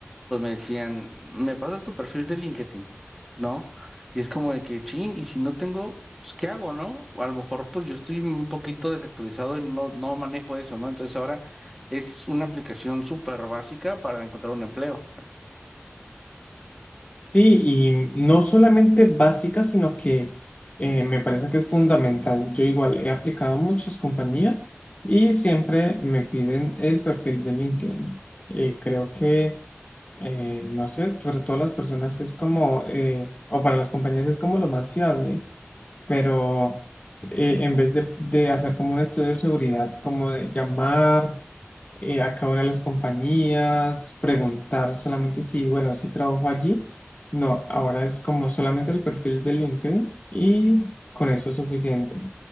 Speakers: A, in the centre; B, on the left (about 35°).
A: pues me decían, ¿me pasas tu perfil de LinkedIn? ¿No? Y es como de que, chin, y si no tengo, pues, ¿qué hago, no? A lo mejor, pues yo estoy un poquito desactualizado y no, no manejo eso, ¿no? Entonces ahora es una aplicación súper básica para encontrar un empleo.
B: Sí, y no solamente básica, sino que eh, me parece que es fundamental. Yo igual he aplicado a muchas compañías y siempre me piden el perfil de LinkedIn. Y creo que, eh, no sé, sobre todo las personas es como, eh, o para las compañías es como lo más fiable, pero eh, en vez de, de hacer como un estudio de seguridad, como de llamar eh, a cada una de las compañías, preguntar solamente si, bueno, si trabajo allí. No, ahora es como solamente el perfil de LinkedIn y con eso es suficiente.